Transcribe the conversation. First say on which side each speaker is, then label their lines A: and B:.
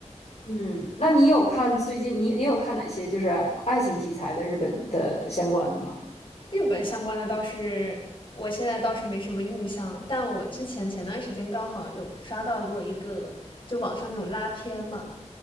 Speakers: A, on the left; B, on the left.
A: 嗯，那你有看最近你你有看哪些就是爱情题材的日本的相关的吗？
B: <laughs> 日本相关的倒是我现在倒是没什么印象，但我之前前段时间刚好有刷到过一个，就网上那种拉片嘛，